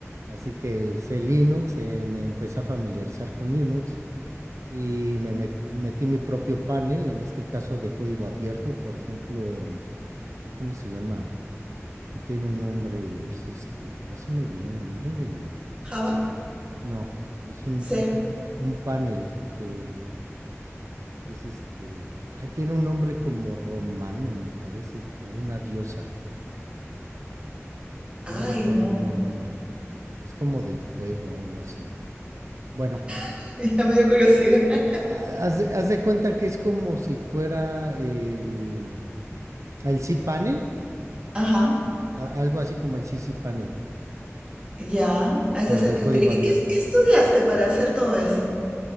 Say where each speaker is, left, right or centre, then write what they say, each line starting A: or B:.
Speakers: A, on the right; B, on the right.
A: Así que usé Linux, eh, me empecé a familiarizar con Linux y me met- metí mi propio panel, en este caso de código abierto, por ejemplo, ahí cómo se llama, Eh, tiene un nombre, es este, ya se me olvidó el nombre del,
B: Java,
A: no, es un, un
B: C.
A: un panel que que es este, ay, tiene un nombre como romano, me parece, como de una diosa, pero no
B: Ay,
A: recuerdo
B: no.
A: bien el nombre. Es como del fuego o algo así. Bueno,
B: <laughs> Ya me dio curiosidad. <laughs>
A: ha- haz de, haz de cuenta que es como si fuera el, el cPanel,
B: Ajá,
A: a- algo así como el ccPanel,
B: ya. Ese
A: pero
B: es
A: de
B: el que
A: código
B: utilizo.
A: abierto.
B: ¿Y qué, qué estudiaste para hacer todo eso?